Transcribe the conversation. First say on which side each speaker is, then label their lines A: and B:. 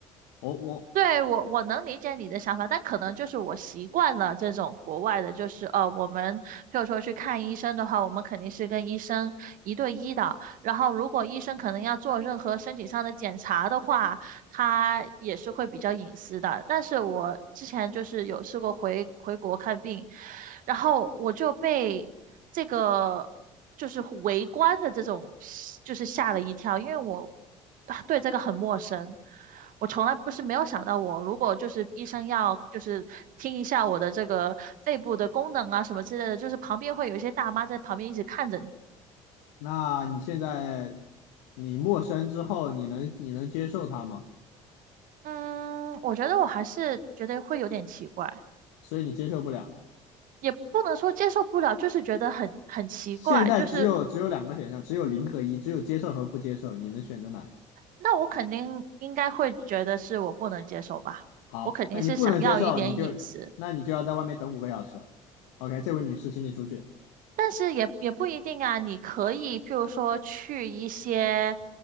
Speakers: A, on the left (about 70°); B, on the right (about 55°).
A: 我我
B: 对，我我能理解你的想法，但可能就是我习惯了这种国外的，就是呃，我们譬如说去看医生的话，我们肯定是跟医生一对一的。然后，如果医生可能要做任何身体上的检查的话，他也是会比较隐私的。但是我之前就是有试过回回国看病，然后我就被这个就是围观的这种就是吓了一跳，因为我啊对这个很陌生。我从来不是没有想到我，如果就是医生要就是听一下我的这个肺部的功能啊什么之类的，就是旁边会有一些大妈在旁边一直看着你。
A: 那你现在你陌生之后，你能你能接受它吗？
B: 嗯，我觉得我还是觉得会有点奇怪。
A: 所以你接受不了。
B: 也不能说接受不了，就是觉得很很奇怪，
A: 现在只有只有两个选项，
B: 就是
A: 只有零和一，只有接受和不接受，你能选择哪个
B: 那我肯定应该会觉得是我不能接受吧，
A: 好，
B: 我肯定是想要一点隐私，
A: 那你不能接受，你就那你就要在外面等五个小时。OK，这位女士，请你出去
B: 但是也也不一定啊，你可以譬如说去一些